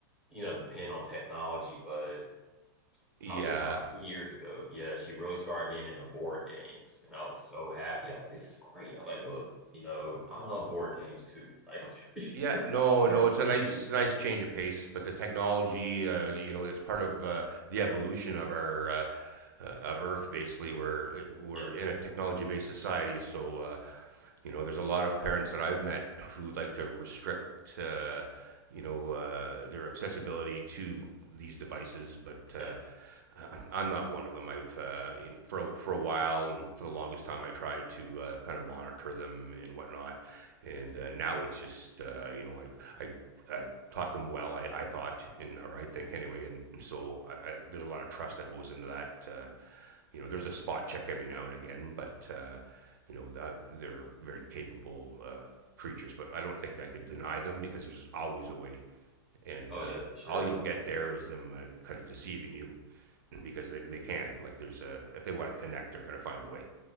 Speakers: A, in the centre; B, on the right.
A: you know, depend on technology. But
B: Yeah.
A: probably about two years ago. Yeah, she really started getting into board games, and I was so happy. I was like, "This is great." I was like, "Look, you know, I love board games too. Like, <laughs> you
B: Yeah, no, no,
A: can
B: it's
A: do
B: a nice,
A: it."
B: nice change of pace. But the technology, uh, you know, it's part of uh, the evolution of our uh, uh, of Earth. Basically, we're uh, we're
A: Yeah,
B: in a technology-based society, so uh, you know, there's a lot of parents that I've met who like to restrict, uh, you know, uh, their accessibility to these devices, but uh,
A: yeah.
B: <clears throat> uh, I'm not one of them. I've uh, you know, for a, for a while and for the longest time I tried to uh, kind of monitor them and whatnot, and uh, now it's just uh, you know I I, I taught them well. I, I thought and or I think anyway, and so I, I, there's a lot of trust that goes into that. Uh, you know, there's a spot check every now and again, but uh, you know, that, they're very capable uh, creatures. But I don't think I could deny them because there's always a way, and
A: Oh
B: uh,
A: yeah, for sure.
B: all you'll get there is them uh, kind of deceiving you because they, they can. Like there's a if they want to connect, they're gonna find a way.